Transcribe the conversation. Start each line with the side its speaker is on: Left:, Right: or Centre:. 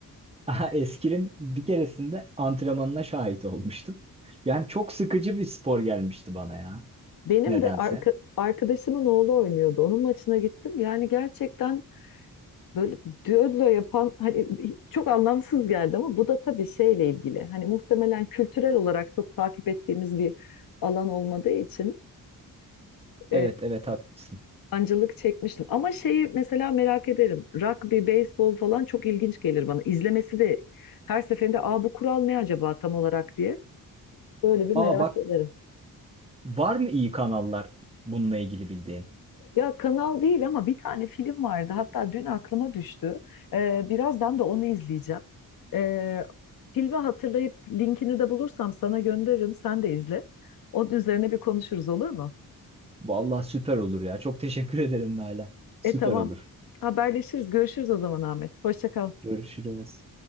Right: <laughs> eskrim bir keresinde antrenmanına şahit olmuştum. Yani çok sıkıcı bir spor gelmişti bana ya.
Left: Benim
Right: Nedense.
Left: de arka- arkadaşımın oğlu oynuyordu. Onun maçına gittim. Yani gerçekten böyle düello yapan hani çok anlamsız geldi ama bu da tabii şeyle ilgili. Hani muhtemelen kültürel olarak çok takip ettiğimiz bir alan olmadığı için e,
Right: Evet evet haklısın.
Left: sancılık çekmiştim. Ama şeyi mesela merak ederim. Rugby, beyzbol falan çok ilginç gelir bana. İzlemesi de her seferinde Aa, bu kural ne acaba tam olarak diye böyle bir
Right: Aa
Left: merak
Right: bak
Left: ederim.
Right: var mı iyi kanallar bununla ilgili bildiğin?
Left: Ya kanal değil ama bir tane film vardı. Hatta dün aklıma düştü. Ee, birazdan da onu izleyeceğim. Ee, filmi hatırlayıp linkini de bulursam sana gönderirim. Sen de izle. Onun üzerine bir konuşuruz olur mu?
Right: Vallahi süper olur ya. Çok teşekkür <laughs> ederim Nalan. Süper
Left: E tamam.
Right: olur.
Left: Haberleşiriz. Görüşürüz o zaman Ahmet. Hoşça kal.
Right: Görüşürüz.